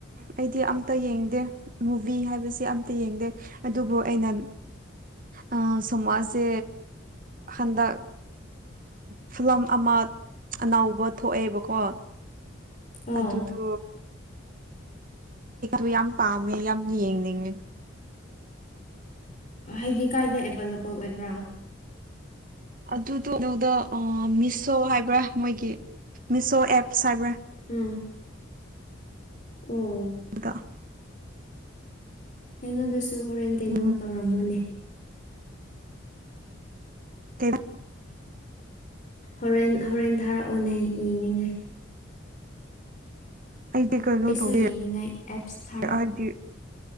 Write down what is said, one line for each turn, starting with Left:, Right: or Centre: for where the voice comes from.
Right: ꯑꯩꯗꯤ ꯑꯝꯇ ꯌꯦꯡꯗꯦ ꯃꯨꯚꯤ ꯍꯥꯏꯕꯁꯤ ꯑꯝꯇ ꯌꯦꯡꯗꯦ ꯑꯗꯨꯕꯨ ꯑꯩꯅ ꯑꯥ ꯁꯣꯝꯃꯥꯁꯦ ꯍꯟꯗꯛ ꯐꯤꯂꯝ ꯑꯃ ꯑꯅꯧꯕ ꯊꯣꯛꯑꯦꯕꯀꯣ ꯑꯗꯨꯗꯣ
Left: ꯑꯣ
Right: ꯨ ꯌꯥꯝ ꯄꯥꯝꯃꯦ ꯌꯥꯝ ꯌꯦꯡꯅꯤꯡꯉ‌ꯦ
Left: ꯍꯥꯏꯗꯤ ꯀꯥꯏꯗ ꯑꯦꯕꯥꯏꯂꯦꯕꯜ ꯑꯣꯏꯕ꯭ꯔꯥ
Right: ꯑꯗꯨꯗꫭ ꯀꯩꯅꫭꯗ ꯑꯥ ꯃꯤꯁꯣ ꯍꯥꯏꯕ꯭ꯔꯥ ꯃꯣꯏꯒꯤ ꯃꯤꯁꯣ ꯑꯦꯞꯁ ꯍꯥꯏꯕ꯭ꯔꯥ
Left: ꯎꯝ ꯑꯣ
Right: ꯑꯗ
Left: ꯑꯩꯉꯣꯟꯗꯁꯨ ꯍꯣꯔꯦꯟ ꯀꯩꯅꯣ
Right: ꯎꯝ
Left: ꯇꯧꯔꯝꯃꯣꯅꯦ
Right: <unintelligible>
Left: ꯍꯣꯔꯦꯟ ꯍꯣꯔꯦꯟ ꯊꯥꯔꯛꯑꯣꯅꯦ ꯌꯦꯡꯅꯤꯡꯉ‌ꯦ
Right: ꯑꯩꯗꯤ ꯀꯩꯅꯣ
Left: ꯑꯩꯁꯨ
Right: ꯇꯧꯋꯦ
Left: ꯌꯦꯡꯅꯤꯡꯉꯥꯏ ꯑꯦꯞꯁ ꯊꯥꯔꯛꯑꯣ
Right: ꯍꯥꯏꯗꯤ